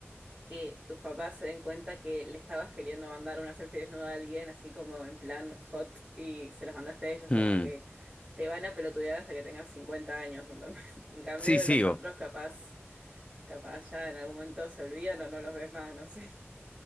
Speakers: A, on the right; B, on the left.
A: que tus papás se den cuenta que le estabas queriendo mandar una selfie desnuda a alguien, así como en plan hot, y se las mandaste a ellos,
B: Mm.
A: como que te van a pelotudear hasta que tengas 50 años, ¿entendés? <laughs> En cambio,
B: Sí,
A: de
B: sí,
A: los otros capaz, capaz ya en algún momento se olvidan o no los ves más, no sé. <laughs>